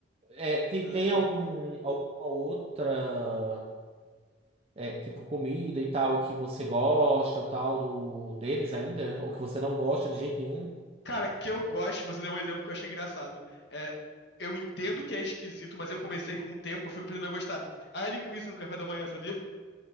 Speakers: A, on the right; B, on the left.
A: é, tem,
B: Ai,
A: tem
B: ai.
A: algum, alguma outra, é, tipo, comida e tal que você gosta ou tal do, deles ainda? Ou que você não gosta de jeito nenhum?
B: Cara, que eu gosto. Você deu um exemplo que eu achei engraçado. É, eu entendo que é esquisito, mas eu comecei com o tempo. Eu fico aprendendo a gostar. Ah, é linguiça no café da manhã, sabia? <laughs>